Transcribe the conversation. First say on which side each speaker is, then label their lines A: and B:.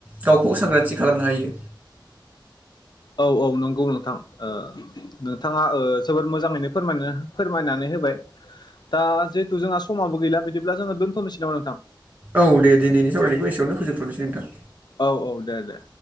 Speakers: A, on the right; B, on the left.
A: गावखौ सांग्रांथि थि खालामनो हायो।
B: औ औ नंगौ नोंथां ओ नोंथाङा ओ जोबोर मोजाङैनो फोरायना फोरमायनानै होबाय दा जिहेथु जोंहा समाबो गैला बिदिब्ला जोङो दोन्थ'नोसै नामा नोंथां
A: औ दे दिनैनि सावरायनायखौ एसेयावनो फोजोबथ'नोसै नोंथां।
B: औ औ दे दे